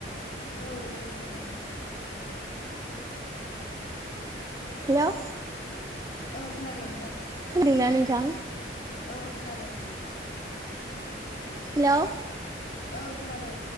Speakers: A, on the left; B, on the right.
A: औ औ जागोन नोंथां।
B: हेलौ
A: औ खोनादों नोंथां।
B: खोनादोंना नोंथां?
A: ओ खोनादों।
B: हेल'
A: औ खोनादों।